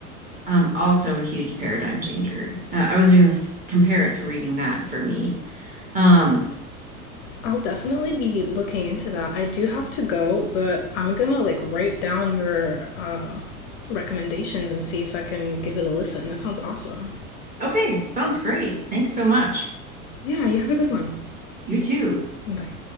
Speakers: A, on the right (about 20°); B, on the left (about 45°).
A: Um, also a huge paradigm changer. Uh, I was going to compare it to reading that for me. Um,
B: I'll definitely be looking into that. I do have to go, but I'm gonna like write down your uh, recommendations and see if I can give it a listen. That sounds awesome.
A: okay, sounds great. Thanks so much.
B: Yeah, you have a good one.
A: You too.
B: Bye.